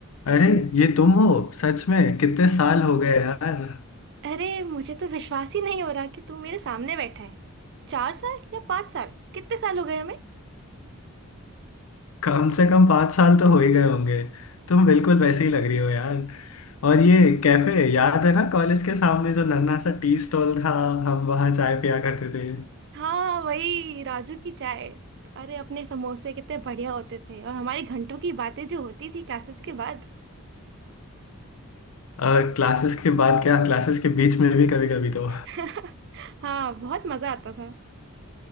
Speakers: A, on the left; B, on the right.
A: अरे ये तुम हो सच में कितने साल हो गए यार
B: अरे मुझे तो विश्वास ही नहीं हो रहा कि तू मेरे सामने बैठा है चार साल या पाँच साल कितने साल हो गए हमें
A: कम से कम पाँच साल तो हो ही गए होंगे तुम बिल्कुल वैसे ही लग रही हो यार और ये कैफे याद है ना कॉलेज के सामने जो नन्हा सा टी स्टॉल था हम वहाँ चाय पिया करते थे
B: हाँ वही राजू की चाय अरे अपने समोसे कितने बढ़िया होते थे और हमारी घंटों की बातें जो होती थी क्लासेस के बाद
A: और क्लासेस के बाद क्या क्लासेस के बीच में भी कभी कभी तो
B: <laughs> हाँ बहुत मजा आता था